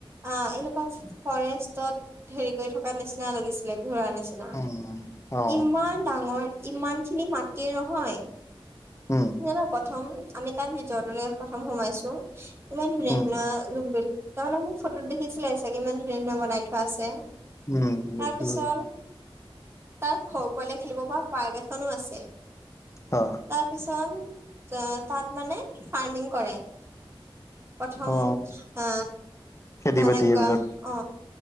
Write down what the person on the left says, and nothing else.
উম। অ
উম।
উম
উম দেখিছো
অ'।
অ
খেতি
বাতি এইবিলাক